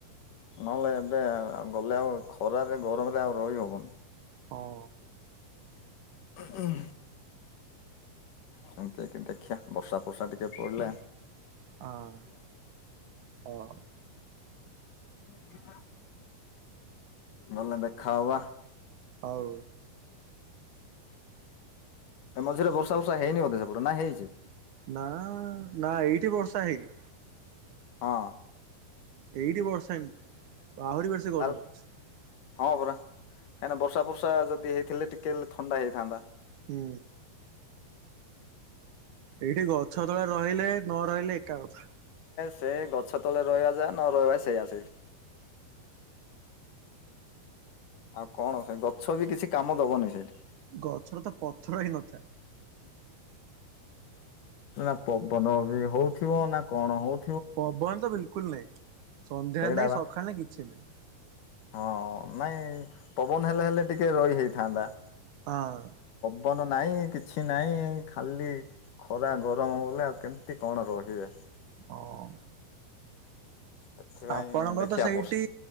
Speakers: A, on the left; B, on the right.
A: ନହେଲେ ଏବେ ଆଉ ଗଲେ ଆଉ ଖରାରେ ଗରମରେ ଆଉ ରହି ହବନି।
B: ହଁ
A: ଉଁ ଉଁ। ସେମିତି ଆକେ ଦେଖିଆ ବର୍ଷା ଫର୍ଷା ଟିକେ ପଡିଲା
B: ହଁ। ହଉ
A: <inaudible> ଗଲେ ଦେଖାହବା?
B: ଅଉ।
A: ଏ ମଝିରେ ବର୍ଷା ବର୍ଷା ହେଇନି ବୋଧେ ସେପଟେ ନା ହେଇଛି?
B: ନାଁ ନା ଏଇଠି ବର୍ଷା ହେଇନି।
A: ହଁ-ଅ।
B: ଏଇଠି ବର୍ଷା ହେଇନି ଆହୁରି ବେଶି
A: ତାହେଲେ
B: ଗରମ ହଉଛି।
A: ହଁ ପରା କାହିଁକିନା ବର୍ଷା ଫର୍ଷା ଯଦି ହେଇଥିଲେ, ଟିକେ ହେଲେ ଥଣ୍ଡା ହେଇଥାନ୍ତା।
B: ହୁଁ। ଏଇଠି ଗଛ ତଳେ ରହିଲେ ନ ରହିଲେ ଏକା କଥା।
A: ସେଇ ଗଛ ତଳେ ରହିବା ଯାହା ନ ରହିବା ସେଇଆ ସେଇଠି। ଆଉ କଣ ସେ ଗଛ ବି କିଛି କାମ ଦବନି ସେଇଠି।
B: ଗଛରେ ତ ପଥର ହିଁ ନଥାଏ।
A: ନା ପବନ ବି ହଉଥିବ ନା କଣ ହଉ
B: ପବନ ତ ବିଲକୁଲ ନାହିଁ ସନ୍ଧ୍ୟାରେ,
A: ସେଇଟା
B: ନାଇଁ
A: ବା
B: ସକାଳେ ନାଇଁ କିଛି ନାହିଁ।
A: ହଁ ନାଇଁ ପବନ ହେଲେ ହେଲେ ଟିକେ ରହି ହେଇଥାନ୍ତା।
B: ହଁ।
A: ପବନ ନାହିଁ କିଛି ନାହିଁ ଖାଲି ଖରା ଗରମ ବଲେ ଆଉ କେମିତି କଣ ରହିବେ?
B: ଅଁ।
A: ସେଥିପାଇଁ
B: ଆପଣଙ୍କର
A: ଦେଖିବା
B: ତ ସେଇଠି
A: ବର୍ଷ